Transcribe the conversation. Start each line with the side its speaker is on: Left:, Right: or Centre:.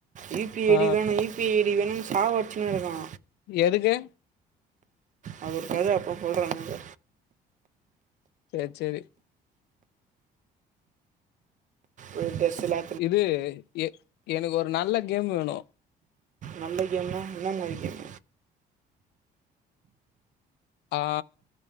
Right: யூ பி
Left: ஆ
Right: ஐடி வேணு யூ யூ பி ஐடி வேணுன்னு சாவ்அட்சுன்னு இருக்கா
Left: எதுக்கு
Right: அது ஒரு கத அப்ரோ சொல்ற என்னாங்
Left: சேர் சேரி
Right: ஒரு ட்ரெஸ்சிலா
Left: இது எ எனக்கு ஒரு நல்ல கேம் வேணு
Right: நல்ல கேம்னா என்ன மாரி கேம்
Left: ஆ